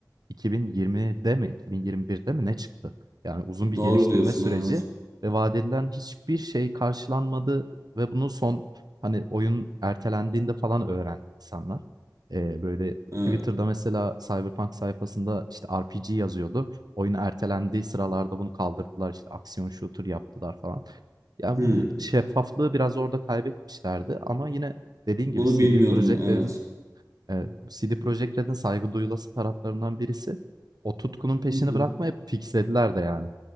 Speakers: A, on the right; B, on the right.
A: 2020'de mi 2021'de mi ne çıktı? Yani uzun bir
B: Doğru
A: geliştirme
B: diyorsun
A: süreci
B: evet.
A: ve vaat edilen hiçbir şey karşılanmadı ve bunu son hani oyun ertelendiğinde falan öğrendi insanlar. Eee, böyle
B: Evet.
A: Twitter'da mesela Cyberpunk sayfasında işte RPG yazıyordu. Oyun ertelendiği sıralarda bunu kaldırdılar, işte, aksiyon shooter yaptılar falan. Ya,
B: Hmm.
A: bu şeffaflığı biraz orada kaybetmişlerdi ama yine dediğin
B: Bunu
A: gibi CD
B: bilmiyordum
A: Projekt
B: evet.
A: Red'in, eee, CD Projekt Red'in saygı duyulası taraflarından birisi, o tutkunun peşini
B: <laughs>
A: bırakmayıp fixlediler de yani.